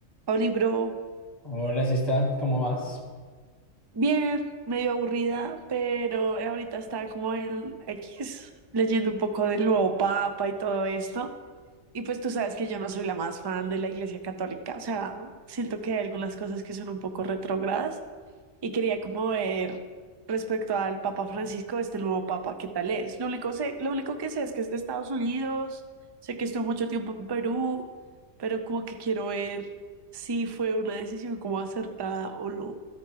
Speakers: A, on the right; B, on the left.
A: Oli, bro,
B: Hola, sí está, ¿cómo vas?
A: bien, medio aburrida, pero ahorita está como el X leyendo un poco del nuevo Papa y todo esto. Y pues tú sabes que yo no soy la más fan de la Iglesia Católica, o sea, siento que hay algunas cosas que son un poco retrógradas y quería como ver respecto al Papa Francisco, este nuevo Papa, qué tal es. Lo único, sé, lo único que sé es que es de Estados Unidos, sé que estuvo mucho tiempo en Perú, pero como que quiero ver si fue una decisión como acertada o no.